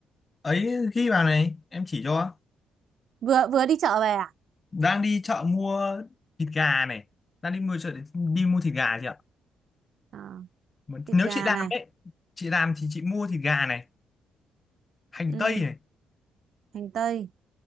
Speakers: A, on the left; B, on the right.
A: ấy ghi vào này, em chỉ cho.
B: vừa vừa đi chợ về à,
A: Đang đi chợ mua thịt gà này. Đang đi mua chợ để đi mua thịt gà chị ạ.
B: à
A: Mà
B: thịt
A: Nếu
B: gà
A: chị làm
B: này
A: ấy, chị làm thì chị mua thịt gà này, hành
B: ừ,
A: tây này,
B: hành tây